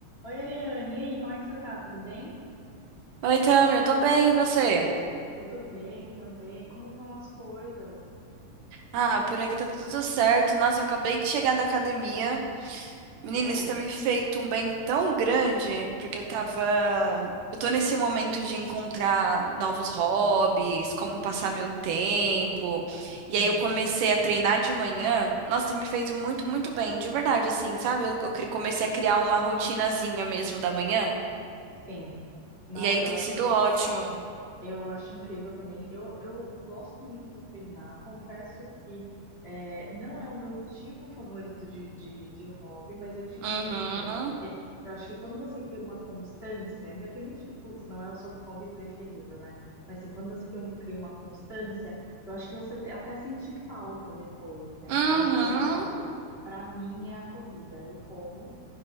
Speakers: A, on the left; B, on the right.
A: Oi, Ariane, e aí, como é que você tá? Tudo bem?
B: Oi, Tami, eu tô bem, e você?
A: Tudo bem também. Como estão as coisas?
B: Ah, por aqui tá tudo certo. Nossa, eu acabei de chegar da academia. Menina,
A: Sério?
B: isso tá me feito um bem tão grande, porque eu tava. Eu tô nesse momento de encontrar novos hobbies, como passar
A: Sim,
B: meu tempo. E
A: sim,
B: aí eu comecei a treinar de manhã. Nossa, tem me feito muito, muito bem, de verdade, assim, sabe? Eu eu cri- comecei a criar uma rotinazinha mesmo da manhã.
A: sim. Nossa,
B: E aí tem
A: eu acho,
B: sido ótimo.
A: Eu acho incrível também. Eu, eu gosto muito de treinar. Confesso que é, não é o meu tipo favorito de, de, de hobby, mas eu te entendo
B: Uhum.
A: também, porque eu acho que quando você cria uma constância, independente que, putz, não é o seu hobby preferido, né? Mas assim, quando você cria um- cria uma constância, eu acho que você te- até sente falta depois, né?
B: Uhum.
A: Então, por exemplo, para mim é a corrida. Eu corro